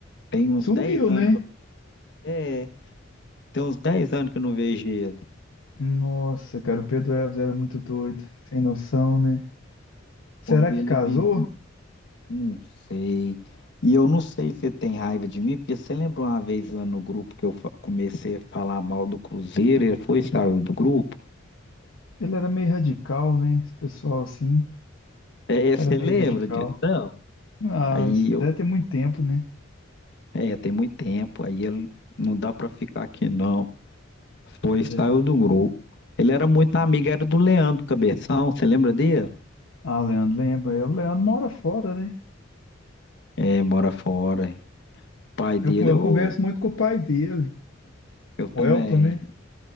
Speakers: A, on the left; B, on the left.
A: tem, uns
B: Sumiu,
A: 10 anos
B: né?
A: que eu não, é, tem uns dez anos que eu não vejo ele.
B: Nossa, cara, o Pedro Elvis era muito doido. Sem noção, né? Será
A: Quando
B: que
A: ele
B: casou?
A: bebia, não sei. E eu não sei se você tem raiva de mim, porque você lembra uma vez lá no grupo que eu fa- comecei a falar mal do Cruzeiro, ele foi e saiu do grupo?
B: Ele era meio radical, né? Esse pessoal assim.
A: É,
B: Era
A: você
B: meio
A: lembra
B: radical.
A: disso? não?
B: Ah,
A: Aí eu
B: deve ter muito tempo, né?
A: É, tem muito tempo, aí ele não dá pra ficar aqui não. Foi, e saiu
B: É.
A: do grupo. Ele era muito amigo, era do Leandro Cabeção, você lembra dele?
B: Ah, Leandro, lembra. O Leandro mora fora, né?
A: É, mora fora. O pai dele,
B: Eu, eu
A: eu,
B: converso muito com o pai dele,
A: eu também.
B: o Elton, né?